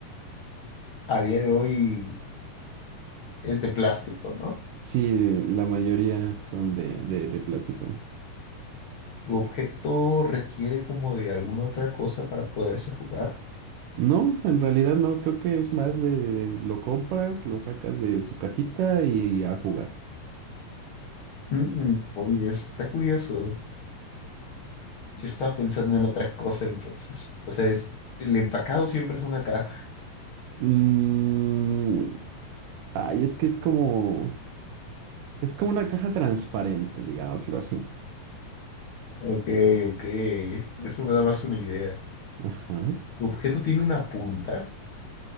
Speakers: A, on the left (about 55°); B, on the right (about 80°).
A: a día de hoy es de plástico, ¿no?
B: Sí, eh, la mayoría son de, de, de plástico.
A: ¿Tu objeto requiere como de alguna otra cosa para poderse jugar?
B: No, en realidad no, creo que es más de lo compras, lo sacas de su cajita y, y a jugar.
A: Mm, oye, eso está curioso. ¿eh? Yo estaba pensando en otra cosa entonces. O sea, es- el empacado siempre es una caja.
B: Mm, ay, es que es como, es como una caja transparente, digámoslo así.
A: Ok, ok. Eso me da más una idea.
B: Ajá.
A: ¿Tu objeto tiene una punta?